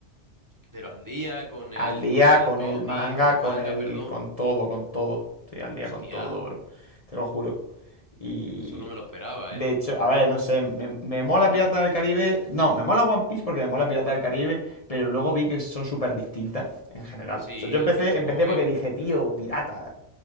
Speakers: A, on the right (about 15°); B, on the left (about 35°).
A: pero al día, con el,
B: Al día
A: con el
B: con
A: cómic,
B: el manga,
A: con el manga,
B: con el,
A: perdón.
B: con todo, con todo. Estoy al día
A: Hostia,
B: con todo, bro. Te lo juro. Y
A: eso no me lo esperaba,
B: de
A: ¿eh?
B: hecho, a ver, no sé, me, me mola Piratas del Caribe. No, me mola One Piece porque me mola Piratas del Caribe, pero luego vi que son súper distintas en general.
A: Sí,
B: O sea, yo empecé,
A: al final supongo
B: empecé porque
A: que,
B: dije, tío, pirata,